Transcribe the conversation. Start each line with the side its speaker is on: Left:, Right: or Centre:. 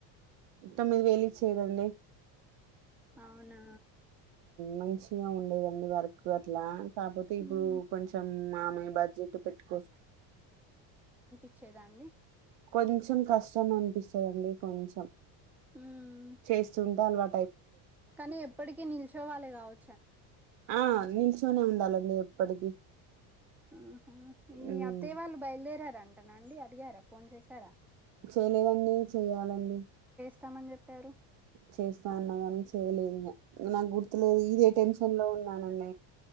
Right: తమిది వేలి ఇచ్చేది అండి
Centre: అవునా
Right: మంచిగా ఉండేది అండి వర్క్ అట్లా కాకపోతే ఇప్పుడు
Centre: మ్మ్.
Right: కొంచెం మాములుగా బడ్జెట్ పెట్టుకోచ్చ
Centre: వచ్చేదాండి
Right: కొచం కష్టం అనిపిస్తుందిండి కొంచెం
Centre: మ్మ్.
Right: చేస్తుంటే అలవా
Centre: కానీ ఎప్పటికిీ నిలిచోవళ్ళే కావొచ్చు
Right: ఆ నిల్చొనే ఉండాలండి ఎప్పటికిీ
Centre: మ్ మ్ మీ
Right: హ్మ్.
Centre: అత్తే వాళ్ళు బయలుదేరార అంటనండి అడిగారా ఫోన్ చేసారా
Right: చేయలేదు చెయ్యాలండి
Centre: వాతమాన్ చెప్పారు
Right: చేస్తా అన గాని చేయలేదు ఇంగ నాకు గుర్తులేదు ఇదే టెన్షన్ లో ఉన్నానన్న